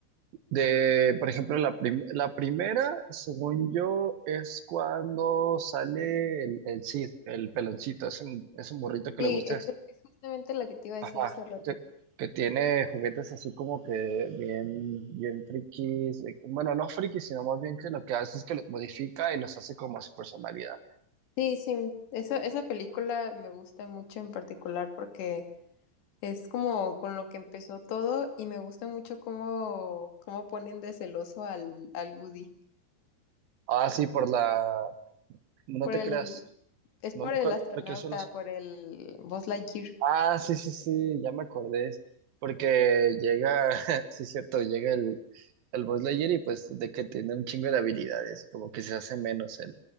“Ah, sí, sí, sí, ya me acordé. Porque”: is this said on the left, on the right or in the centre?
Right